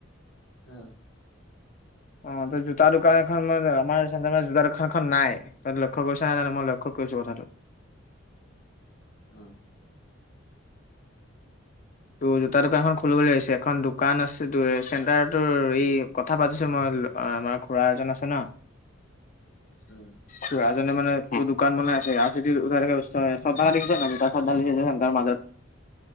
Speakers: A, on the left; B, on the left.
A: অহ।
B: অ ত জোতা দোকান এখন মানে আমাৰ চেণ্টাৰ মানে জোতা দোকানখন নাই, তই লক্ষ্য কৰিছ নাই জানো? মই লক্ষ্য কৰিছো কথাটো।
A: অঁ।
B: তোৰ জোতা দোকানখন খুলি বুলি ভাবিছোঁ, এখন দোকান আছে তোৰ চেণ্টাৰটোৰ, এই কথা পতিছো মই আমাৰ খুৰা এজন আছে ন।
A: উম।
B: খুৰা জনে মানে দোকান বনাই আছে আৰু খেতি উঠাই থকা অৱস্থা হয় আছে <unintelligible> যাম তাৰ মাজত।